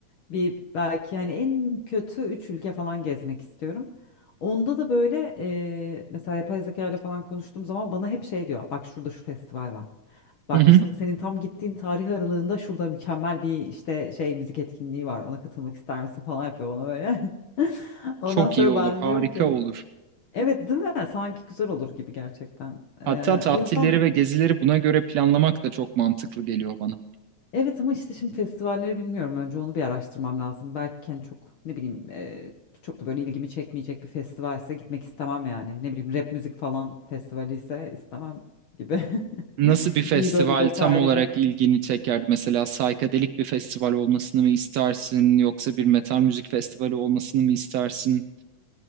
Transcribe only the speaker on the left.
Bir belki hani en kötü üç ülke falan gezmek istiyorum. Onda da böyle eee, mesela yapay zeka ile falan konuştuğum zaman bana hep şey diyor. Bak şurada şu festival var. Bak
işte senin tam gittiğin tarih aralığında şurada mükemmel bir işte şey müzik etkinliği var. Ona katılmak ister misin falan yapıyor bana böyle. <laughs> Ondan
sonra
ben
de diyorum ki
Evet değil mi? Sanki güzel olur gibi gerçekten. Ee,
o yüzden
evet ama işte şimdi festivalleri bilmiyorum. Önce onu bir araştırmam lazım. Belki hani çok ne bileyim e, çok da böyle ilgimi çekmeyecek bir festivalse gitmek istemem yani. Ne bileyim rap müzik falan festivali ise istemem gibi.
<laughs>
İyi böyle detaylı
ve